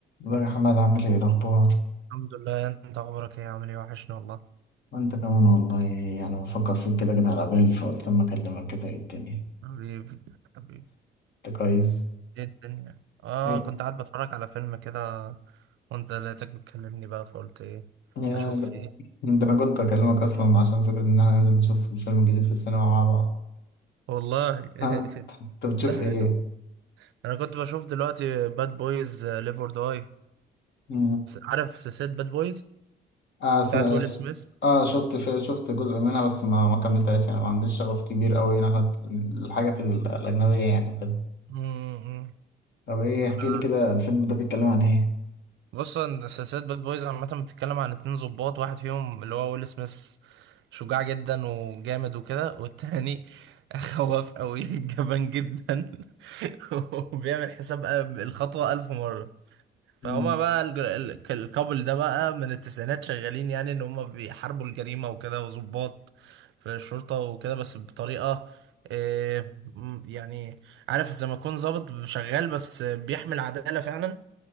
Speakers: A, on the left; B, on the right.
A: ازيك يا حماد عامل ايه الاخبار
B: الحمد لله انت اخبارك ايه عامل ايه وحشني والله
A: وانت كمان والله يعني بفكر فيك كده كده على بالي فقلت اما اكلمك كده ايه الدنيا
B: حبيبي حبيبي
A: انت كويس
B: ايه الدنيا اه
A: ايه
B: كنت قاعد بتفرج على فيلم كده وانت لقيتك بتكلمني بقى فقلت ايه
A: يا
B: اشوف
A: ده,
B: في ايه
A: ده انا كنت اكلمك اصلا عشان فكرة ان احنا ننزل نشوف الفيلم الجديد في السينما مع بعض
B: والله <laughs>
A: ها، انت إنت بتشوف
B: ده حلو
A: ايه
B: ده انا كنت بشوف دلوقتي باد بويز ليفر داي
A: مم.
B: عارف سلسلة باد بويز
A: اه س...
B: بتاعت ويل
A: س-
B: سميث
A: اه شفت في... شفت جزء منها بس ما ما كملتهاش يعني ما عنديش شغف كبير قوي ناحية الحاجات ال- الاجنبية يعني بجد
B: مم،
A: طب ايه احكي
B: مم.
A: لي كده الفيلم ده بيتكلم عن ايه
B: بص ان سلسله باد بويز عامه بتتكلم عن اتنين ظباط واحد فيهم اللي هو ويل سميث شجاع جدا وجامد وكده والتاني خواف قوي <laughs> جبان جدا <laughs> وبيعمل حساب الخطوه ألف مره فهما
A: مم.
B: بقى الج- ال- الكابل ده بقى من التسعينات شغالين يعني ان هما بيحاربوا الجريمه وكده وظباط في الشرطه وكده بس بطريقه آه، م- يعني عارف زي ما يكون ظابط شغال بس بيحمل عداله فعلا